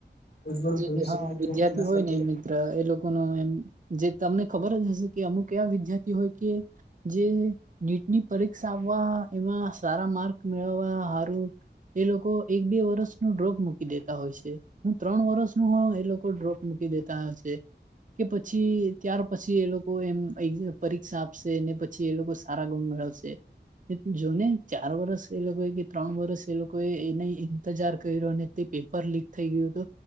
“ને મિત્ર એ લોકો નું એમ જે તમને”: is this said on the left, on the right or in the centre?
Right